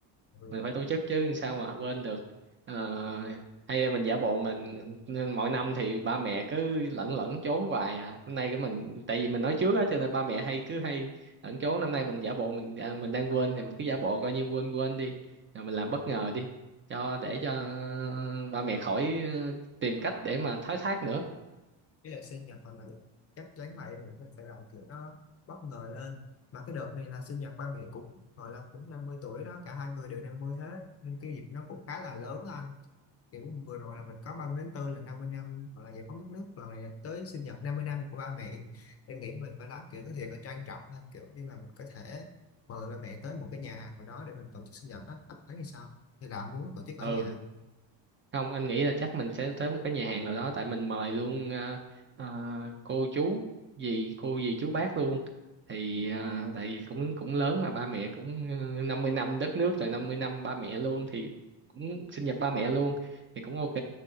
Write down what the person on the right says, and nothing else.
mình phải tổ chức chứ sao mà quên được Ờ, hay là mình giả bộ mình nên mỗi năm thì ba mẹ cứ lẩn lẩn trốn hoài à hôm nay cái mình tại vì mình nói trước á cho nên ba mẹ hay cứ hay lẩn trốn năm nay mình giả bộ mình à, mình đang quên thì mình cứ giả bộ coi như quên quên đi rồi mình làm bất ngờ đi cho để cho ừ, ba mẹ khỏi ờ, tìm cách để mà thoái thác nữa
ừ
không anh nghĩ là chắc mình sẽ tới một cái nhà hàng nào đó tại mình mời luôn ờ, ờ, cô chú dì cô dì chú bác luôn thì ờ, tại vì cũng cũng lớn mà ba mẹ cũng ờ, 50 năm đất nước rồi 50 năm ba mẹ luôn thì cũng sinh nhật ba mẹ luôn thì cũng ok